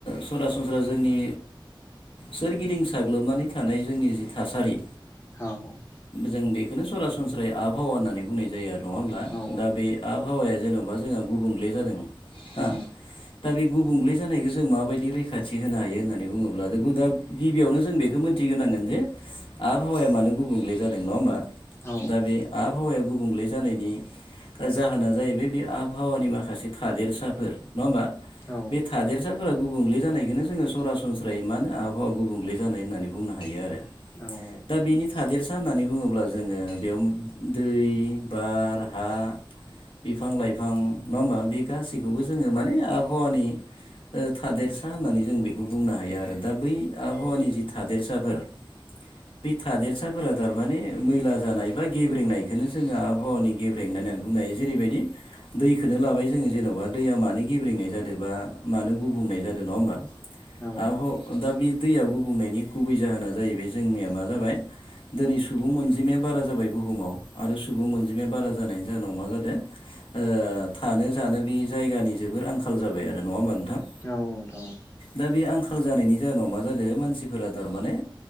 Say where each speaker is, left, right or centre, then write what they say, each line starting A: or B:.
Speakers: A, on the left (about 80°); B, on the left (about 30°).
A: सरासनस्रा जोंनि सोरगिदिं साग्लोबनानै थानाय जोंनि जि थासारि
B: औ
A: जों बेखौनो सरासनस्रायै आबहावा होननानै बुंनाय जायो आरो नङा होमब्ला
B: औ
A: दा बे आबहावाया जेन'बा जोंहा गुबुंले जादों हा
B: औ
A: दा बे गुबुंले जानायखौ जों माबायदि रैखाथि होनो हायो होननानै बुङोब्ला दा गिबियावनो जों बेखौ मिथिग्रोनांगोन जे आबहावाया मानो गुबुंले जादों नङा होमबा
B: औ
A: दा बे आबहावाया गुबुंले जानायनि ओ जाहोना जाहैबाय बे आबहावानि माखासे थादेरसाफोर नङा होमबा
B: औ
A: बे थादेरसाफोर फोरा गुबुंले जानायखौनो जोंङो सरासनस्रायै मानो आबहावा गुबुंले जानाय होननानै बुंनो हायो आरो
B: औ
A: दा बिनि थादेरसा होननानै बुङोब्ला जोंङो बेयाव दै बार हा बिफां लाइफां नङा होमबा बे गासैखौबो जोंङो माने आबहावानि ओ थादेरसा होननानै जों बेखौ बुंनो हायो आरो दा बै आबहावानि जि थादेरसाफोर बे थादेरसाफोरा थारमाने मैला जानाय बा गेब्रेंनायखौनो जोंङो आबहावानि गेब्रेंनाय होननानै बुंनाय जेरैबायदि दैखौनो लाबाय जोंङो जेन'बा दैया मानो गेब्रेंनाय जादों बा मानो गुबुंनाय जादों नङा होमबा
B: औ
A: आबह दा बे दैयाव गुबुंनायनि गुबै जाहोना जाहैबाय जोंनिया मा जाबाय दिनै सुबुं अनजिमाया बारा जाबाय बुहुमाव आरो सुबुं अनजिमाया बारा जानायनि जाहोनाव मा जादों ओ थानो जानो बे जायगानि जोबोर आंखाल जाबाय आरो नङा होमबा नोंथां।
B: औ नोंथां औ
A: दा बे आंखाल जानायनि जाहोनाव मा जादों मानसिफोरा थारमाने